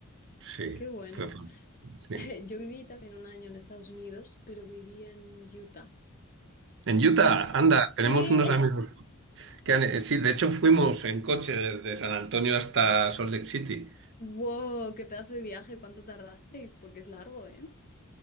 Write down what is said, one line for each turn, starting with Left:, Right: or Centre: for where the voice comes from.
Right: sí,
Left: qué bueno.
Right: fue fantástico. sí.
Left: <laughs> Yo viví también un año en Estados Unidos, pero viví en Utah.
Right: En Utah,
Left: Y
Right: anda, tenemos
Left: sí,
Right: unos amigos
Left: <laughs>
Right: que han- eh, sí, de hecho fuimos en coche desde San Antonio hasta Salt Lake City.
Left: wow, qué pedazo de viaje, ¿cuánto tardasteis? Porque es largo, ¿eh?